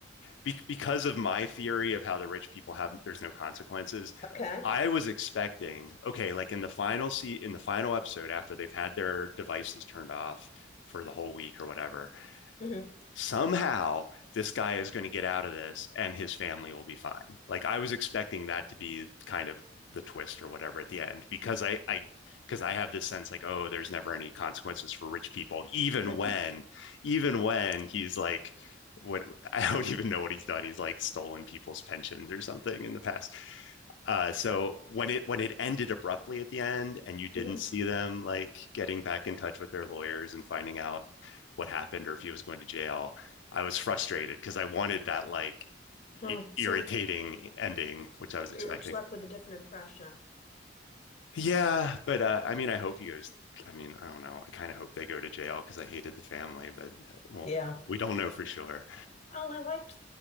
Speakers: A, on the left; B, on the left.
A: be- because of my theory of how the rich people have there's no consequences
B: Okay.
A: i was expecting okay like in the final seat in the final episode after they've had their devices turned off for the whole week or whatever
B: hmm
A: somehow this guy is going to get out of this and his family will be fine. Like I was expecting that to be kind of the twist or whatever at the end because I I because I have this sense like oh there's never any consequences for rich people even
B: <laughs>
A: when even when he's like what <laughs> I don't even know what he's done. He's like stolen people's pensions or something in the past uh, so when it when it ended abruptly at the end, and you didn't
B: hmm
A: see them like getting back in touch with their lawyers and finding out what happened or if he was going to jail, I was frustrated because I wanted that like
B: Oh,
A: i-
B: so
A: irritating ending, which I was expecting.
B: we were each left with a different impression.
A: Yeah, but uh, I mean, I hope he goes. I mean, I don't know. I kind of hope they go to jail because I hated the family, but uh, well,
B: Yeah.
A: we don't know for sure.
B: Oh, I liked